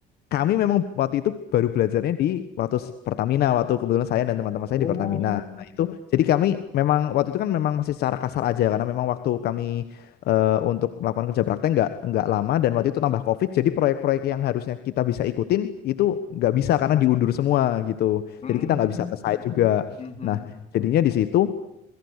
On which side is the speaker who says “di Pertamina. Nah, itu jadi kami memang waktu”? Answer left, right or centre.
Left